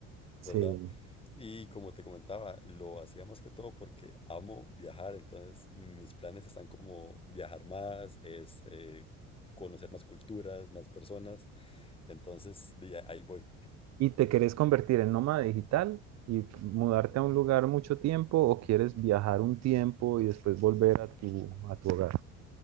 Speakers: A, on the left (about 20°); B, on the right (about 60°).
A: ¿verdad?
B: Sí.
A: Y como te comentaba, lo hacía más que todo porque amo viajar, entonces mis planes están como viajar más, este, conocer más culturas, más personas, entonces de ahí voy.
B: ¿Y te querés convertir en nómada digital y mudarte a un lugar mucho tiempo o quieres viajar un tiempo y después volver a tu, a tu hogar?